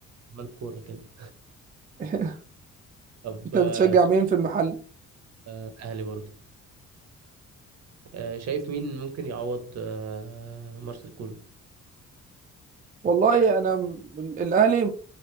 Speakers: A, on the right (about 60°); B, on the right (about 30°).
A: عمال كورة كده
B: <laughs>
A: طب
B: انت
A: آه،
B: بتشجع مين في المحل
A: آه، أهلي برضو آه، شايف مين ممكن يعوض آه، مارسيل كولر؟
B: والله انا م- الاهلي